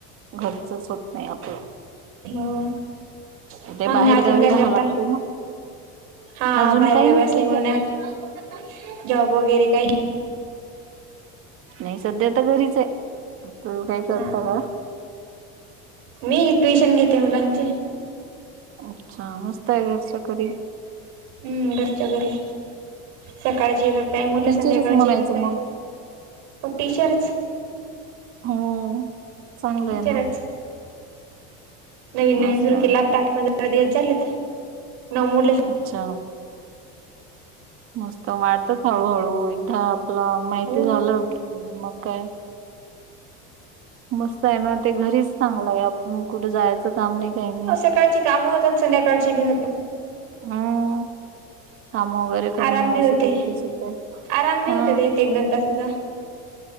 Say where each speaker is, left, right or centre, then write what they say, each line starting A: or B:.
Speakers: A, on the right; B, on the right.
A: घरचच होत नाही आपण
B: हो
A: तथे
B: मग
A: बाहेरगावी
B: अजून काय
A: राहा
B: करता
A: लागते ना
B: हा
A: अजून
B: बाहेर
A: काही
B: गावी
A: नाही
B: असल्यामुळे
A: करयत.
B: नाही होत जॉब वगैरे काही
A: नाही सध्या तर घरीच आहे तुम्ही काही करता
B: हा
A: का?
B: मी ट्युशन घेते मुलांचे.
A: अच्छा मस्त आहे घरच्याकरी
B: हम्म घरच्या घरी सकाळची जातय उठल्या
A: टीचरच
B: संध्याकाळची
A: म्हणायचं
B: जातय.
A: मग
B: हो टीचर्च.
A: हो चांगलं
B: टीचरच
A: आहे ना
B: नवीन
A: मस्त
B: नवीन सुरू
A: आहे
B: केलं
A: मस्त
B: आता
A: आहे
B: आठ पंधरा दिवस झाले तर न मु
A: अच्छा मस्त वाटतात हळूहळू एकदा आपलं माहिती
B: हो
A: झालं
B: हो
A: की मग काय मस्त आहे ना ते घरीच चांगलंय आपण कुठे जायचं काम नाही काही नाही.
B: सध्याकाळची कामं होतात संध्याकाळची बी होतात.
A: हम् काम वगैरे करून
B: आराम
A: मिळस
B: बी होते
A: दिस ते
B: आराम बी
A: हा
B: <unintelligible>